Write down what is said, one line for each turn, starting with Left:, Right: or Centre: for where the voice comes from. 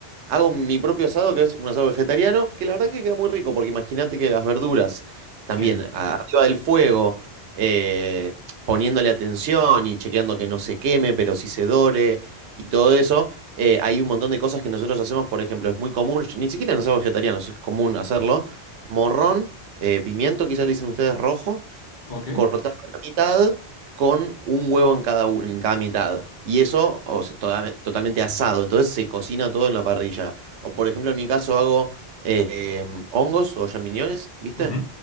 Right: hago mi propio asado, que es un asado vegetariano, que la verdad que queda muy rico, porque imagínate que las verduras también
Left: Sí.
Right: a- arriba del fuego, eh, poniéndole atención y chequeando que no se queme, pero sí se dore y todo eso, eh, hay un montón de cosas que nosotros hacemos, por ejemplo, es muy común, ni siquiera en asados vegetarianos es común hacerlo, morrón, eh, pimiento, quizá le dicen ustedes rojo
Left: Ok.
Right: cortado a la mitad con un huevo en cada, un- en cada mitad. Y eso, o sea, toda- totalmente asado. Entonces se cocina todo en la parrilla. O por ejemplo, en mi caso hago eh, hongos o champiñones, ¿viste?
Left: Ujú,